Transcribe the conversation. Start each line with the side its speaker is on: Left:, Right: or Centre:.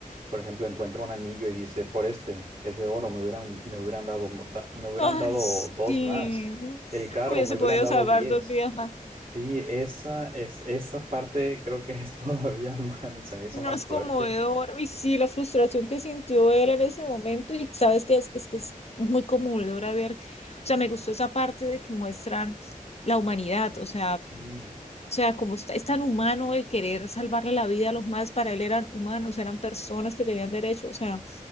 Right: Por ejemplo, encuentra un anillo y dice, por este, es de oro, me hubieran, me hubieran dado, mo- da- me hubieran
Left: Ay,
Right: dado
Left: sí.
Right: dos más. El carro,
Left: Hubiese
Right: me hubieran
Left: podido
Right: dado
Left: salvar
Right: diez.
Left: dos vidas más.
Right: Sí, esa, es, esa parte creo que es <laughs> todavía más, se me hizo
Left: No
Right: más
Left: es
Right: fuerte.
Left: conmovedor. Y sí, la frustración que sintió él en ese momento, y sabes que es, que es, que es muy conmovedora ver, o sea, me gustó esa parte de que muestran la humanidad, o sea,
Right: Sí,
Left: o sea, como está, es tan humano el querer salvarle la vida a los más, para él eran humanos, eran personas que tenían derecho, o sea,